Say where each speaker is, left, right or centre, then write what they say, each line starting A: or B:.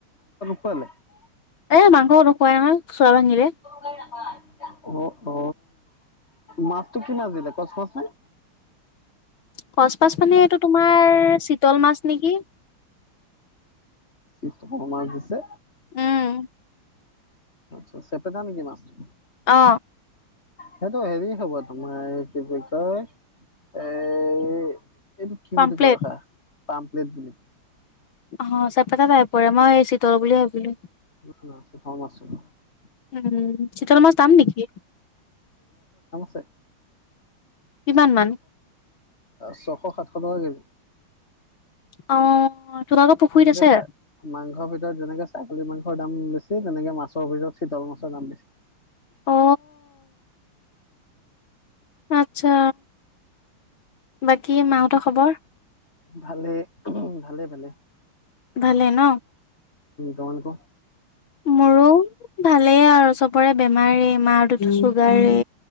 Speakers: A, on the left; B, on the left.
A: <unintelligible>
B: এ, মাংস নোখুৱাই নহয়। চোৱা ভাঙিলে।
A: <unintelligible> অ', অ' মাছটো কি মাছ দিলে কচ মাছ নে?
B: সচ মাছ মানে এইটো তোমাৰ চিতল মাছ নেকি
A: <unintelligible> মাছ দিছে
B: উম
A: আচ্ছা চেপেটা নেকি মাছটো?
B: অ
A: সেইটো হেৰি হ'ব তোমাৰ কি বুলি কয় এ এইটো কি
B: পামপ্লেট
A: বুলি কয় ৰখা পাম্প্লেট বুলি কয়।
B: অ চেপেটা টাইপৰে মই এই চিতল বুলি ভাবিলো।
A: ন না <unintelligible> ফৰ্মা <unintelligible>
B: উম চিতল মাছ দাম নেকি?
A: তে
B: কিমান মান?
A: ছশ সাতশ টকা কেজি।
B: অ তোমালোকৰ পুখুৰীত
A: যেনেকে
B: আছে
A: চা মাংসৰ ভিতৰত যেনেকে ছাগলী মাং <unintelligible> দাম বেছি তেনেকে মাছৰ অভিতৰত চিতল মাছৰ দাম বেছি।
B: অ আচ্ছা। বাকী মাহঁতৰ খবৰ?
A: ভালে ভালে ভালে।
B: ভালে ন।
A: তোমালোক?
B: মোৰো ভালেই আৰু চবৰে বেমাৰে মাৰটোতো চুগাৰে।